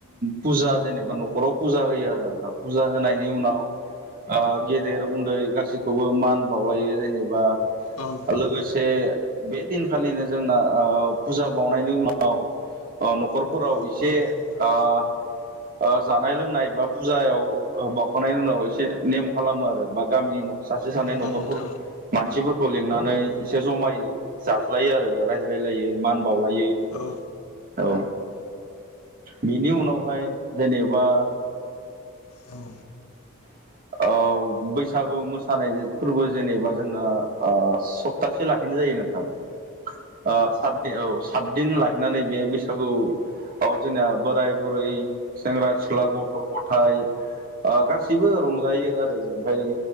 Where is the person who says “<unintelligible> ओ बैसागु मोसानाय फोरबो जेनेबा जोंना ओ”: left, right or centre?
Right